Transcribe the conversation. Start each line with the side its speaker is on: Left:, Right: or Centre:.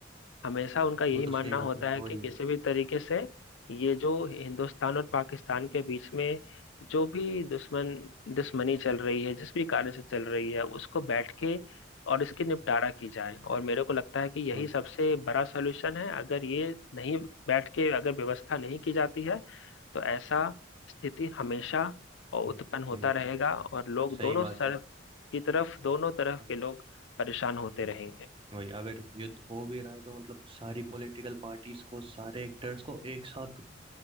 Left: हमेशा उनका यही
Right: वो तो सही
Left: मानना
Right: बात
Left: होता
Right: है
Left: है
Right: वही
Left: कि किसी
Right: है
Left: भी तरीके से ये जो हिंदुस्तान और पाकिस्तान के बीच में जो भी दुश्मन दुश्मनी चल रही है जिस भी कारण से चल रही है उसको बैठ के और इसके निपटारा की जाए और मेरे को लगता है कि यही
Right: वही
Left: सबसे बड़ा सलूशन है अगर ये नहीं बैठ के अगर व्यवस्था नहीं की जाती है तो ऐसा स्थिति हमेशा उत्पन्न
Right: वही-
Left: होता
Right: सही
Left: रहेगा और लोग
Right: सही
Left: दोनों
Right: बात
Left: सर
Right: है
Left: की तरफ दोनों तरफ
Right: हाँ,
Left: के लोग परेशान होते रहेंगे
Right: वही अगर युद्ध हो भी रहा है तो मतलब सारी पॉलिटिकल पार्टीज को सारे एक्टर्स को एक साथ